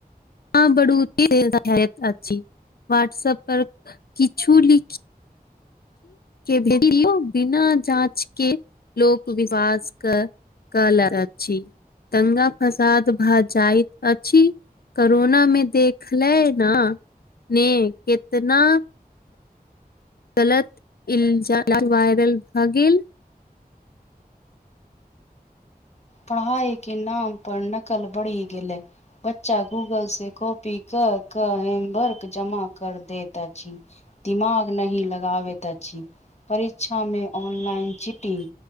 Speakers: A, on the left; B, on the left.
A: ह <unintelligible> व्हाट्सप पर किछु लिखी के भ बिना जाँच के लोक विवास क <unintelligible> कल दंगा फसाद भऽ जाइत अछि करोना मे देखले न ने कितना गलत इलजा वायरल भ गेल
B: पढ़ाई के नाम पर नकल बढ़ी गेलै बच्चा गूगल से कॉपी क क हेमबर्क जमा कर देत अछि दिमाग नहि लगाबेत अछि परीक्षा मे ऑनलाइन चिटिंग